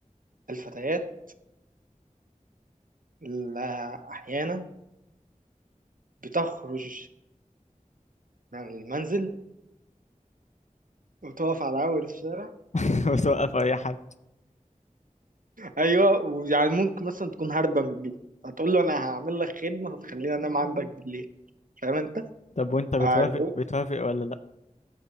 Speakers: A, on the right; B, on the left.
A: الفتيات اللي أحيانا بتخرج من المنزل وتقف على أول الشارع
B: <laughs> وتوقف اي حد
A: ايوه ويعني ممكن مثلا تكون هاربه من البيت هتقول له انا هعمل لك خدمه هتخليني انام عندك بالليل فاهم انت؟
B: طب وانت بتوافق
A: ايوه
B: بتوافق ولا لا